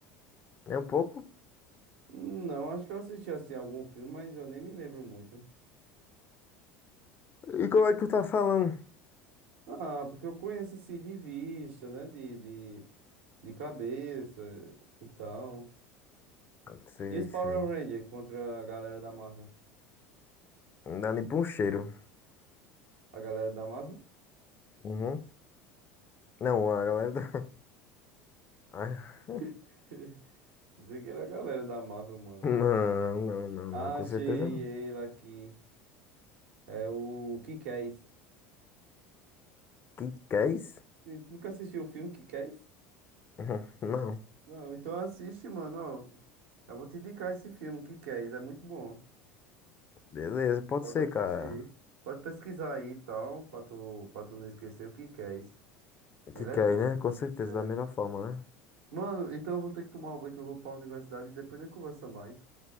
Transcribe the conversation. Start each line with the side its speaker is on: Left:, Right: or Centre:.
Left: É um pouco?
Right: Não, acho que eu assisti assim algum filme, mas eu nem me lembro muito.
Left: E como é que tu tá falando?
Right: Ah, porque eu conheço assim de vista, né? De, de, de cabeça e tal.
Left: Sei,
Right: E os Power
Left: sei.
Right: Rangers contra a galera da Marvel?
Left: Não dá nem pra um cheiro.
Right: A galera da Marvel?
Left: Uhum. Não, a galera da. <laughs> Ah,
Right: <laughs> Pensei que era a galera da Marvel, mano.
Left: Não, não, não,
Right: Achei
Left: não, com certeza não.
Right: ele aqui. É o Kikés.
Left: Que que é isso?
Right: Tu Nunca assistiu o filme Kikés?
Left: <laughs> Uhum, Não.
Right: Não, então assiste, mano. Ó, eu vou te indicar esse filme, Kikés. É muito bom.
Left: Beleza, pode
Right: Pode
Left: ser,
Right: assistir.
Left: cara.
Right: Pode pesquisar aí e tal, pra tu, pra tu não esquecer o que que é esse. Ele
Left: Que que
Right: é top.
Left: é, né? Com certeza,
Right: É.
Left: da melhor forma, né?
Right: Mano, então eu vou ter que tomar um banho que eu vou pra universidade e depois a gente conversa mais.